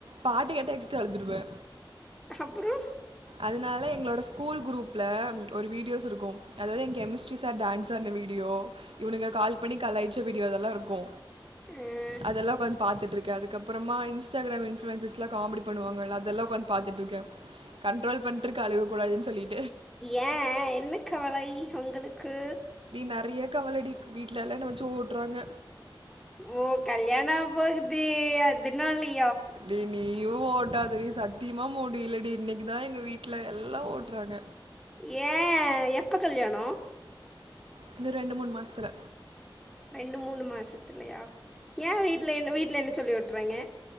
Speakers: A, on the right (about 85°); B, in the centre.
A: பாட்டு கேட்ட எக்ஸ்ட்ரா அழுதுருவே
B: அப்றோ
A: அதனால் எங்களோட ஸ்கூல் குரூப்ல ஒரு வீடியோஸ் இருக்கும் அதுவந்து எங்க கெமிஸ்ட்ரி சார் டான்ஸ் ஆடுன வீடியோ இவுங்னுக கால் பண்ணி கலாய்ச்ச வீ டியோதெல்லா இருக்கூ
B: அஹ்,
A: அதெல்லா கொஞ் பாத்துட்டுருக்யே அது க்கப்றமா இன்ஸ்டாக்ராம் இன்ஃப்ளுயன்ஸஸ்லா காமடி பண்ணுவாங்கள்ல அதல்லா உக்காந் பாத்துட்ருக்கே கண்ட்ரோல் பண்ட்ருக்க அழுக கூடாதுன் சொல்லிட்
B: ஏ என்ன கவலை உங்களுக்கு
A: நறைய கவலடி வீட்லல்லா என்ன வெச்சு ஓட்றாங்க
B: ஓ கல்யாணவபோகுதி அதுனாலி
A: டி நீயு ஓட்டாதடி சத்திமா முடிலட் டி இன்னிக்குதா எங்க வீட்ல எல்லா ஓட்றாங்க
B: ஏ எப்ப கல்யாணோ
A: இன்னு ரெண்டு மூணு மாசத்தில
B: ரெண்டு மூணு மாசத்துலயா ஏ வீட்ல என் வீட்ல என்ன சொல்லி ஓட்றாய்ங்க